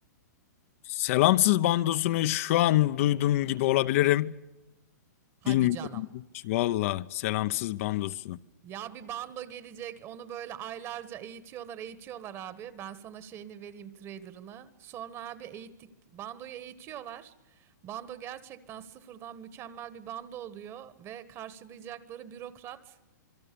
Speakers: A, on the left (about 50°); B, on the right (about 25°).
A: Selamsız bandosunu şu an duydum gibi olabilirim.
B: Hadi
A: Bilmiyorum.
B: canım.
A: hiç. Valla selamsız bandosu.
B: Ya bir bando gelecek, onu böyle aylarca eğitiyorlar, eğitiyorlar abi. Ben sana şeyini vereyim, trailerını. Sonra abi eğittik, bandoyu eğitiyorlar. Bando gerçekten sıfırdan mükemmel bir bando oluyor ve karşılayacakları bürokrat